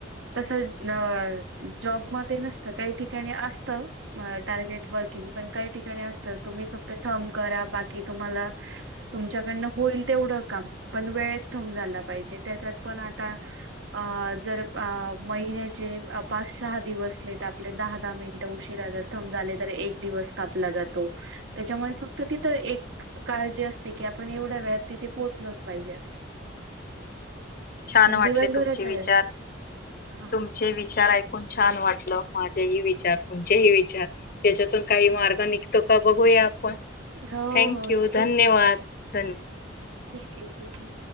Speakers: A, on the right; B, on the left.
A: तसं अ जॉबमध्ये नसत काही ठिकाणी असत अ टार्गेट वर्किंग पण काही ठिकाणी अस तर तुम्ही फक्त थम करा बाकी तुम्हाला तुमच्याकडनं होईल तेवढं काम पण वेळेत थंब झाला पायजे त्याच्यात पण आता अ जर अ महिन्याचे पाच सहा दिवस लेट आपले दहा दहा मिनिटं उशीरा जर थंब झाले तर एक दिवस कापला जा तो त्याच्यामुळे फक्त तिथं एक काळजी असते की आपण एवढ्या वेळात तिथे पोहोचलोच पायजे अस.
B: छान
A: पण
B: वाटले
A: दिवसभराचा
B: तुमचे विचार
A: जास्त हा.
B: तुमचे विचार ऐकून छान वाटलं माझेही विचार तुमचेही विचार. त्याच्यातून काही मार्ग निघतो का बघूया आपण
A: हो
B: थँंक्यू
A: हो ठीक
B: धन्यवाद. धन्य.
A: ठीक हे ठीक हे.